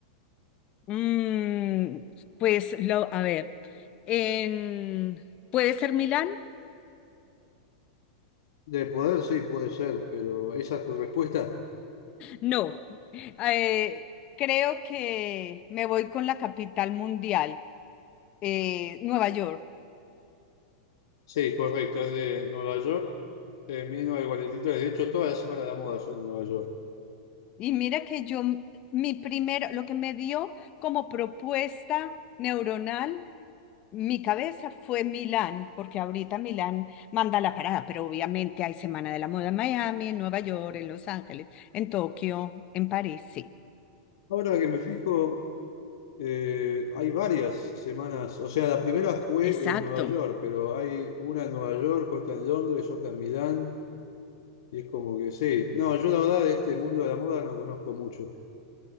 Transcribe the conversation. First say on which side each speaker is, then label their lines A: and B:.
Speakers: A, on the left (about 40°); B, on the left (about 65°).
A: Mm, pues lo, a ver, en- ¿puede ser Milán?
B: De poder, sí, puede ser, pero ¿esa es tu respuesta?
A: No, Eh, creo que me voy con la capital mundial, eh, Nueva York.
B: Sí, correcto, es de Nueva York, en 1943. De hecho, todas las semanas de la moda son en Nueva York.
A: Y mira que yo, mi primero, lo que me dio como propuesta neuronal, mi cabeza fue Milán, porque ahorita Milán manda la parada, pero obviamente hay Semana de la Moda en Miami, en Nueva York, en Los Ángeles, en Tokio, en París, sí.
B: Ahora que me fijo, Eh, hay varias semanas, o sea, la primera fue
A: Exacto.
B: en Nueva York, pero hay una en Nueva York, otra en Londres, otra en Milán, y es como que sí. No, yo la verdad de este mundo de la moda no conozco mucho.